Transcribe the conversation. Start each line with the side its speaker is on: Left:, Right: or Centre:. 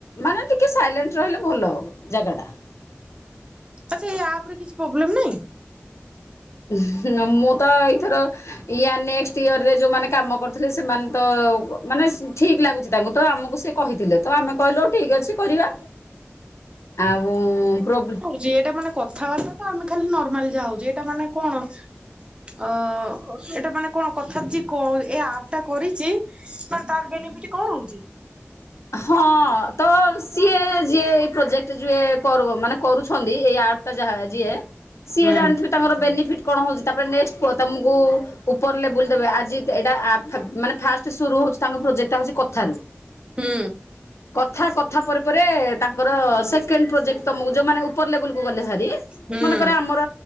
Left: ମାନେ ଟିକେ ସାଇଲେଣ୍ଟ ରହିଲେ ଭଲ ହବ, ଜାଗାଟା।
Right: ଆଚ୍ଛା ଏଇ ଆପ୍ ରେ କିଛି ପ୍ରୋବ୍ଲେମ୍ ନାହିଁ?
Left: ହୁଁ ହୁଁ ମୁଁ ତ ଏଇଥର ଇୟା ନେକ୍ସଟ ଇୟରରେ ଯୋଉଁମାନେ କାମ କରୁଥିଲେ ସେମାନେ ତ ମାନେ ଠିକ ଲାଗୁଛି ତାଙ୍କୁ ତ ଆମକୁ ସେ କହିଥିଲେ ତ ଆମେ କହିଲ ଠିକ ଅଛି କରିବା ଆଉ ପ୍ରୋବ୍ଲେ
Right: ଯିଏଟା ମାନେ କଥାବାର୍ତ୍ତା ତ ଆମେ ଖାଲି ନର୍ମାଲି ଯା ହଉଛେ ଏଇଟା ମାନେ କଣ? ଅ ଏଇଟା ମାନେ କଣ କଥାଚି କ ଏ ଏଟା କରିଛି ତାର ବେନିଫିଟ କଣ ହଉଛି?
Left: ହଁ ତ ସିଏ ଯିଏ ଏଇ ପ୍ରୋଜେକ୍ଟ ଯିଏ କରୁବ ମାନେ କରୁଛ ଅଛନ୍ତିଟା ଆପ ଯାହା ଯିଏ ସିଏ
Right: ହୁଁ
Left: ଜାଣିଥିବେ ତାଙ୍କର ବେନିଫିଟ କଣ ହଉଛି ତାପରେ ନେଷ୍ଟ କୁହ ତମକୁ ଉପର ଲେବୁଲ ଦେବେ ଆଜି ଏଇଟା ଆପ ମାନେ ଫାଷ୍ଟ ସୁରୁ ହଉଛି ତାଙ୍କ ପ୍ରୋଜେକ୍ଟ ହଉଛି କଥାରୁ।
Right: ହୁଁ।
Left: କଥା କଥା ପରେ ପରେ ତାଙ୍କର ସେକ କେଣ୍ଡ ପ୍ରୋଜେକ୍ଟ ତମକୁ ଯୋଉମାନେ ଉପର ଲେବେଲକୁ ଗଲେ ହାରି
Right: ହୁଁ
Left: ମନେକର ଆମର